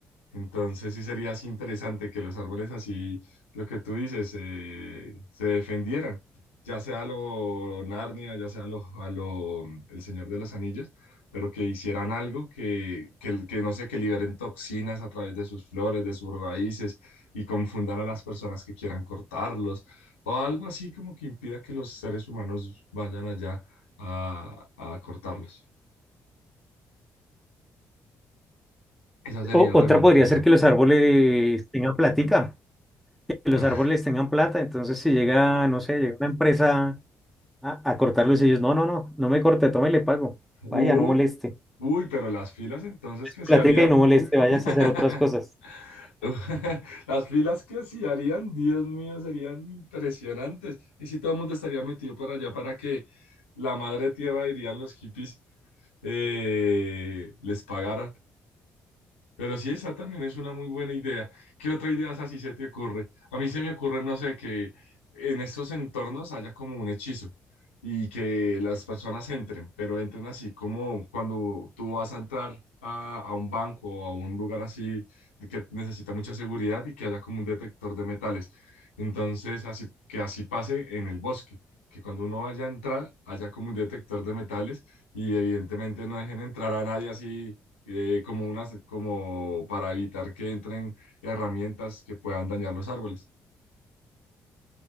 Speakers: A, on the left; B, in the centre.
A: Entonces sí sería así interesante que los árboles así, lo que tú dices, eh, se defendieran, ya sea lo Narnia, ya sea lo, a lo El Señor de los Anillos, pero que hicieran algo que, que, que no sé, que liberen toxinas a través de sus flores, de sus raíces y confundan a las personas que quieran cortarlos o algo así como que impida que los seres humanos vayan allá a, a cortarlos. Eso sería
B: O, otra
A: también
B: podría
A: interesante.
B: ser que los árboles tengan platica, que los
A: <laughs>
B: árboles tengan plata, entonces si llega, no sé, llega una empresa a, a cortarlos ellos, no, no, no, no me corte, tome, le pago.
A: Uh,
B: Vaya, no moleste.
A: uy, pero las filas entonces que se
B: Platica
A: harían.
B: y no moleste,
A: pa-
B: vayas
A: <laughs>
B: a hacer otras cosas.
A: Uh, <laughs> Las filas que se harían, Dios mío, serían impresionantes. Y si todo el mundo estaría metido para allá para que la madre tierra, dirían los hippies, eh, les pagara. Pero sí, esa también es una muy buena idea. ¿Qué otra idea así se te ocurre? A mí se me ocurre, no sé, que en estos entornos haya como un hechizo y que las personas entren, pero entren así como cuando tú vas a entrar a, a un banco o a un lugar así de que necesita mucha seguridad y que haya como un detector de metales. Entonces, así, que así pase en el bosque, que cuando uno vaya a entrar haya como un detector de metales y evidentemente no dejen entrar a nadie así eh, como unas, como para evitar que entren herramientas que puedan dañar los árboles.